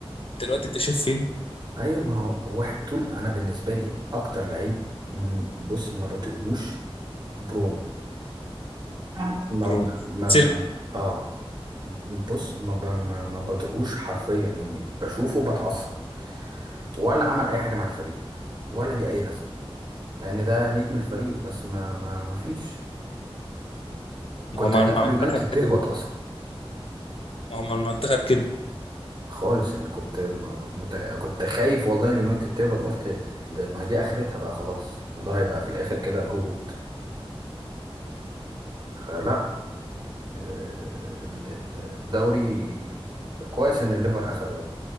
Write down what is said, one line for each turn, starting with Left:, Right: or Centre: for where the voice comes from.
Left: انت دلوقتي انت شايف فين
Right: ايوه ما هو واحد طول انا بالنسبه لي اكتر لعيب م- بص ما بطيقهوش برونو آه. ما
Left: برونو
Right: ما
Left: اتسلم
Right: ما اه بص ما ب- ما, ما بطيقهوش حرفيا يعني بشوفه بتعصب ولا عمل اي حاجه مع الفريق ولا ليه اي لازمه مع ان ده نجم الفريق بس ما ما ما فيش وكنت
Left: ما هو مع
Right: خايف
Left: المنتخب
Right: اليونايتد تهبط
Left: كده
Right: اصلا
Left: ما هو مع المنتخب كده
Right: خالص يعني كنت م- مت... كنت خايف والله اليونايتد تهبط قلت ده ما دي اخرتها بقى خلاص الموضوع هيبقى في الاخر كده هبوط فلا آه، ال- ال- الدوري كويس ان الليفر اخده يعني